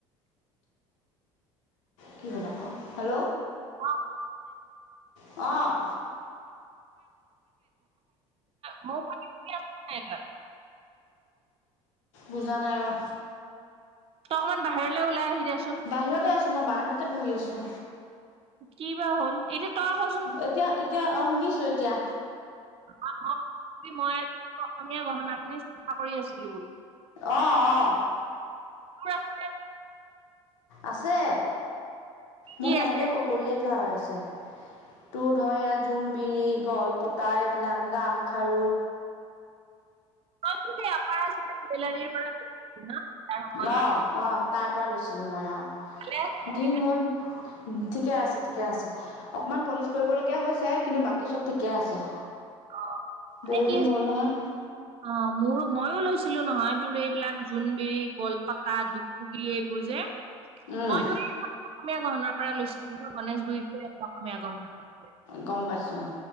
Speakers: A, on the left (about 75°); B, on the right (about 35°).
A: কি হ'ল আকৌ হেল্ল।
B: অ
A: অ।
B: <inaudible> মোৰ <inaudible>
A: বুজা নাই ৰ।
B: ত অকমান বাহিৰলৈ ওলাই আহি দেচোন।
A: বাহিৰতে আছোঁ মই বাৰণ্ডাতে বহি আছোঁ।
B: কি বা হ'ল, এতিয়া তই ক চোন?
A: এতিয়া এতিয়া অ শুনিছোঁ এতিয়া।
B: <inaudible> মোক কি মই অসমীয়া গহনা খিনি চাফা কৰি আছিলো বোলো।
A: অ অ।
B: <inaudible>
A: আছে
B: কি কি
A: মোৰ সেনেকে
B: আছে
A: কৰিয়ে থোৱা হৈ আছে। তো ধৰ এইয়া জোনবিৰি, গলপতা, এইবিলাক গামখাৰু।
B: <inaudible> তাৰ সময়ত
A: অ অ তাইৰ পৰা লৈছিলো মই অ
B: ভালে আছিলে
A: দিন হ'ল। ঠিকে আছে। ঠিকে আছে। অকমান পলিচ কৰিবলগীয়া হৈছে কিন্তু বাকী চব ঠিকে আছেঁ।
B: <inaudible>
A: বহুত
B: কি
A: দিন হ'ল নহয়।
B: <unintelligible> অ মোৰ মইও লৈছিলো নহয় তোৰ এইবিলাক জোনবিৰি, গলপাতা, দুগদুগী এইবোৰ যে
A: উম
B: মইতো এই অসমীয়া গহনাৰ পৰা লৈছিলো, গণেশগুৰিত যে অসমীয়া গহণা টো আছে।
A: গম পাইছোঁ।